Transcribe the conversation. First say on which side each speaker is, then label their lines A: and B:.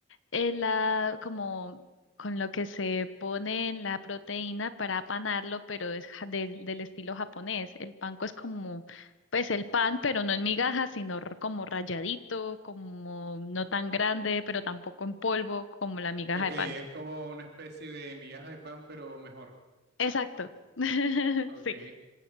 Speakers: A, on the left; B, on the right.
A: es la como con lo que se pone en la proteína para apanarlo, pero es ja- del del estilo japonés. El panco es como, pues el pan, pero no en migaja, sino r- como rayadito, como no tan grande, pero tampoco en polvo, como la migaja
B: Ok,
A: de
B: es
A: pan.
B: como una especie de migaja de pan, pero mejor.
A: Exacto. <laughs>
B: Ok.
A: Sí.